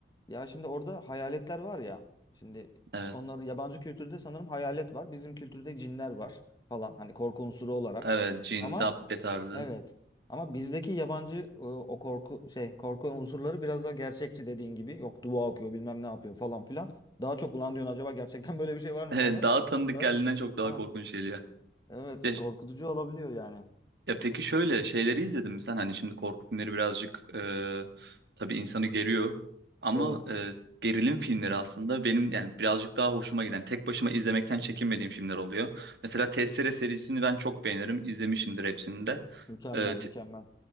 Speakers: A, on the left; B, on the right.
A: Ya şimdi orada hayaletler var ya. Şimdi
B: Evet.
A: onlar yabancı kültürde sanırım hayalet var. Bizim kültürde cinler var falan. Hani korku unsuru olarak.
B: Evet Cin,
A: Ama
B: Dabbe tarzı.
A: Evet.
B: <laughs>
A: Ama bizdeki yabancı e, o korku şey korku unsurları biraz daha gerçekçi dediğin gibi. Yok dua okuyor bilmem ne yapıyor falan filan. Daha çok ulan diyorsun acaba gerçekten <laughs> böyle bir şey var mı
B: Evet,
A: falan.
B: daha tanıdık
A: Daha
B: geldiğinden
A: çok...
B: çok daha
A: Ha,
B: korkunç geliyor.
A: evet
B: Ya,
A: korkutucu olabiliyor yani.
B: Ya peki şöyle şeyleri izledin mi sen? Hani şimdi korku filmleri birazcık e, tabii insanı geriyor ama
A: Evet.
B: e, gerilim filmleri aslında benim yani birazcık daha hoşuma giden, tek başıma izlemekten çekinmediğim filmler oluyor. Mesela Testere serisini ben çok beğenirim, izlemişimdir hepsini de.
A: Mükemmel
B: E,
A: mükemmel.
B: te-